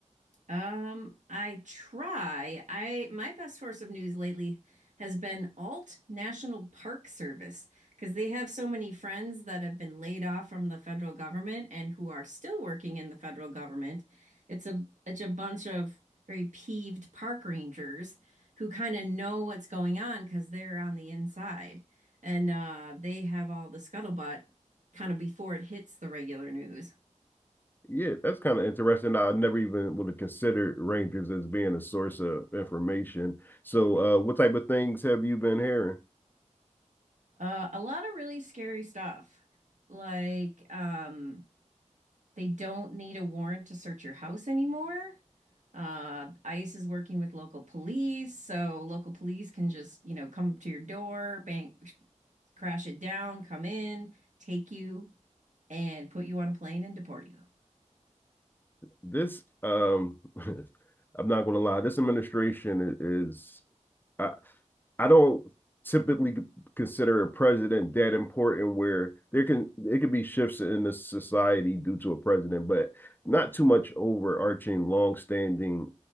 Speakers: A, on the right (about 70°); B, on the left (about 15°).
A: Um, I try. I my best source of news lately has been Alt National Park Service because they have so many friends that have been laid off from the federal government and who are still working in the federal government. It's a it's a bunch of very peeved park rangers who kind of know what's going on because they're on the inside and uh, they have all the scuttlebutt kind of before it hits the regular news.
B: Yeah, that's kind of interesting. I never even would have considered Rangers as being a source of information. So, uh, what type of things have you been hearing?
A: Uh, a lot of really scary stuff. Like, um, they don't need a warrant to search your house anymore. Uh, ICE is working with local police, so local police can just, you know, come to your door, bang, crash it down, come in, take you, and put you on a plane and deport you.
B: This, um, <laughs> I'm not going to lie, this administration i- is. I, I don't typically consider a president that important where there can it could be shifts in the society due to a president, but not too much overarching, long-standing